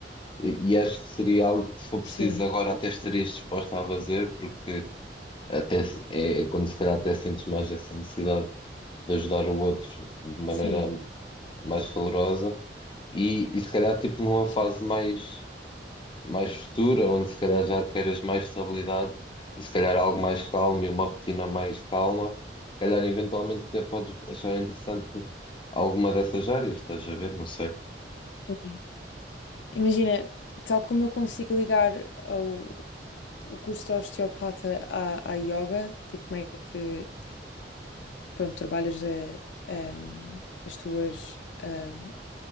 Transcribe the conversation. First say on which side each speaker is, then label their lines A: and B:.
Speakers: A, on the left; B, on the left.
A: E e acho que seria algo que, se for preciso
B: Sim,
A: agora, até estarias disposta a fazer, porque até se- é é quando se calhar até sentes mais essa necessidade de ajudar o outro de maneira
B: sim,
A: mais calorosa. E, e se calhar, tipo, numa
B: sim.
A: fase mais, mais futura, onde se calhar já queiras mais estabilidade e se calhar algo mais calmo e uma rotina mais calma, se calhar eventualmente até podes achar interessante alguma dessas áreas, estás a ver? Não sei.
B: Sim. Imagina, tal como eu consigo ligar ao, o curso de osteopata à, à yoga, tipo meio que, pronto, trabalhas a- a, hum, as tuas hum,